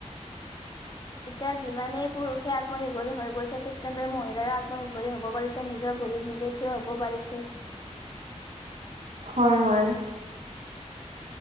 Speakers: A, on the right; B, on the left.
A: <inaudible>
B: এতিয়া যিমানেই পুৰুষে আত্মনিৰ্ভৰশীল হৈ পৰিছে, ঠিক তেনেদৰে মহিলাইও আত্মনিৰ্ভৰশীল হব পাৰিছে। নিজৰ- ভৰিত নিজে থিয় হ'ব পাৰিছে।
A: হয়, হয়।